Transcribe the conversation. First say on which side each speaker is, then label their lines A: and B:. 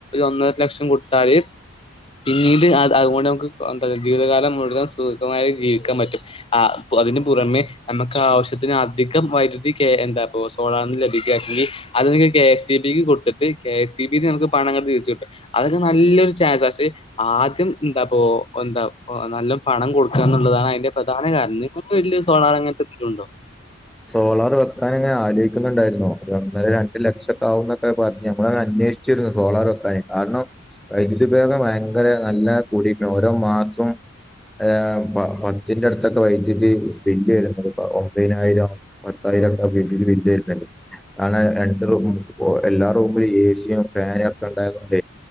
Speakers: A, on the left (about 25°); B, in the centre.
A: ഒന്നര ലക്ഷം കൊടുത്താൽ പിന്നീട് അതുകൊണ്ട് നമുക്ക് എന്താ ജീവിതകാലം മുഴുവൻ സുമായി ജീവിക്കാൻ പറ്റും ആ അതിനന് പുറമെ നമുക്ക് ആവശ്യത്തിന് അധികം വൈദ്യുതി എന്താ പ്പൊ സോളാർന്ന് ലഭിക്കാങ്കിൽ അത് നിങ്ങക്ക് കെ എസ് സി ബിക്ക് കൊടുത്തിട്ട് കെ എസ് സി ബി ന്ന് നമുക്ക് പണം ഇങ്ങണ്ട് തി അതക്കെ നല്ലൊരു ചാസാസി ആദ്യം ന്താ പ്പോഎന്താ പ്പോ നല്ലം പണം കൊടുക്കാന്നുള്ളതാണ് അയിന്റെ പ്രധാന കാരണം നിങ്ങൾക്ക് വല്യ സോളാർ അങ്ങൻത്തെ എന്തേലുംഉണ്ടോ
B: സോളാറ് വെക്കാന് അങ്ങനെ ആലോയിക്കുന്നുണ്ടായിരുന്നോ ഒരു ഒന്നര രണ്ട് ലക്ഷം ആാവന്നൊക്കെ പറഞ്ഞ് നമ്മള അന്വേഷിച്ചിരുന്നു സോളാർ വക്ക കാരണം വൈദ്യുതിപേോഗം ഭയങ്കര നല്ല കൂടിയിരിക്കുന്നു ഓരോ മാസം ഏം പ പത്തിന്റെ അടുത്തൊക്കെ വൈദ്യുതി സ് ബില്ല് വരുന്നത് പ ഒമ്പയിനായിരം പത്തായിരം ഉണ്ടാവും <unintelligible> അങ്ങനെ രണ്ട്റ എല്ലാ റൂമിലും എ സിയും ഫാനും ഒക്കെ ഉണ്ടായത് കൊണ്ട